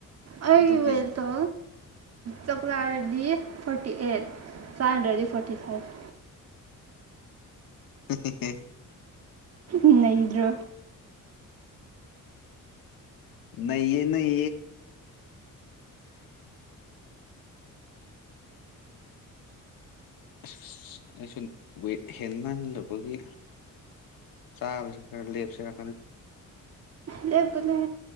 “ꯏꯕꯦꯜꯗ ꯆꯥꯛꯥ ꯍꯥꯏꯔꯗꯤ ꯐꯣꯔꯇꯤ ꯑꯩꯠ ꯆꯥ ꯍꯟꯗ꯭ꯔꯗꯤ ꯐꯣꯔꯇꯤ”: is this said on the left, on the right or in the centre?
Right